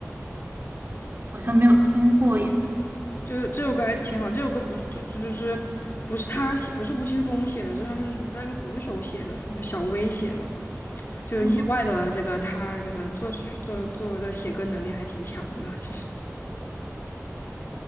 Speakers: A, on the right; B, on the left.
A: 好像没有听过耶。
B: 就是这首歌还挺好，这首歌不是就就就是不是他写，不是吴青峰写的，是他们那个鼓手写的，那小威写的。就意外的这个他这个作曲作作这写歌能力还挺强的，
A: 哦，
B: 其实。